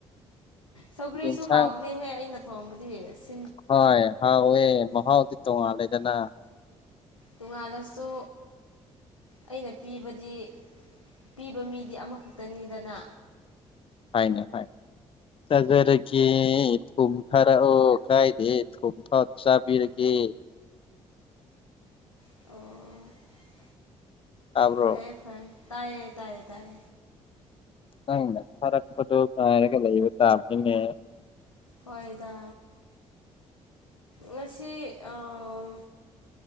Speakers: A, on the left; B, on the left.
A: ꯁꯒꯂꯤꯁꯨ
B: ꯌꯦꯟꯁꯥꯡ
A: ꯍꯥ ꯅꯦꯍꯦ ꯑꯩꯅ ꯊꯣꯡꯕꯗꯤ ꯌꯦꯡꯁꯦ
B: ꯍꯣꯏ ꯍꯥꯎ ꯑꯣꯏꯋꯦ ꯃꯍꯥꯎꯥꯎꯗꯤ ꯇꯣ ꯑꯂꯦꯗꯅꯥ
A: ꯇꯣꯉꯥꯜꯂꯁꯨ ꯑꯩꯅ ꯄꯤꯕꯗꯤ ꯄꯤꯕ ꯃꯤꯗꯤ ꯑꯃꯈꯛꯇꯅꯤꯗꯅ
B: ꯍꯥꯏꯅꯦ ꯍꯥꯏꯅꯦ ꯆꯥꯖꯔꯒꯦ ꯊꯨꯝ ꯊꯔꯛꯑꯣ ꯀꯥꯏꯗꯦ ꯊꯨꯝ <unintelligible> ꯆꯥꯕꯤꯔꯒꯦ
A: ꯑꯣ
B: ꯇꯥꯕ꯭ꯔꯣ
A: ꯐꯩꯌꯦ ꯐꯩ ꯇꯥꯏꯌꯦ ꯇꯥꯏꯌꯦ ꯇꯥꯏ
B: ꯅꯪꯅ ꯊꯥꯔꯛꯄꯗꯣ ꯉꯥꯢꯔꯒ ꯂꯩꯕ ꯇꯥꯕꯅꯤꯅꯦ
A: ꯍꯣꯏꯗ ꯉꯁꯤ ꯑꯥ